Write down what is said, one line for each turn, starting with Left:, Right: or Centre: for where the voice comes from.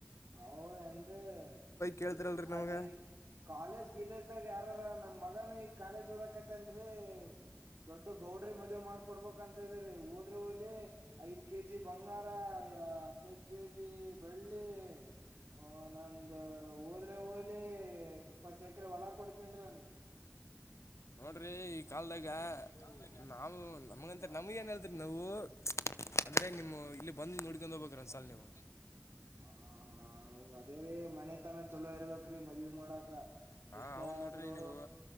Right: ಹೌದೆನ್ರೀ
Left: ಕೇಳ್ತಿರಲ್ರಿ
Right: ಯ
Left: ನಮ್ಗ
Right: ಅಲ್ಲಿ ಕಾಲೇಜ್ ಗಿಲೇಜ್ದಾಗ ಯಾರಾರ ನಮ್ಮ ಮಗನು ಈ ಕಾಲೇಜ್ ಓದಕ್ತನ್ರೀ. ದೊಡ್ಡ ಗೌಡ್ರಿ ಮದ್ವೆ ಮಾಡ್ಕೊಡ್ಬೇಕ ಅಂತ ಇದ್ರೀ ಹೋದ್ರ ಹೊಲಿ. ಐದ ಕೆಜಿ ಬಂಗಾರ ಹದಿನೈದ ಕೆಜಿ ಬೆಳ್ಳಿ. ಓ ನಂದ ಹೋದ್ರೆ ಹೋಲಿ ಇಪ್ಪತ್ತ ಎಕರೆ ಹೊಲ ಕೊಡ್ತೇನ್ರೀ ಅವ್ನಿಗ
Left: ನೋಡ್ರಿ ಈ ಕಾಲ್ದಾಗ ನಾವು ನಮಗಂತ ನಮಗೇನು ಹೇಳ್ತರಿ ನಾವು ಅಂದ್ರೆ ನಿಮ್ಮ ಇಲ್ಲಿ ಬಂದು ನೋಡ್ಕೊಂಡು ಹೋಗಬೇಕ್ರೀ ಒಂದ್ ಸಲ ನೀವ
Right: ಹ್ಮ ಅದೇರೀ ಮನೆತನ ಚಲೋ ಇರ್ಬೇಕ್ರೀ ಮದ್ವಿ ಮಾಡಾಕ.
Left: ಹಾ
Right: ಎಷ್ಟೆ
Left: ಅವ್ನ್
Right: ಆದ್ರೂ
Left: ನೋಡ್ರಿ ನೀವು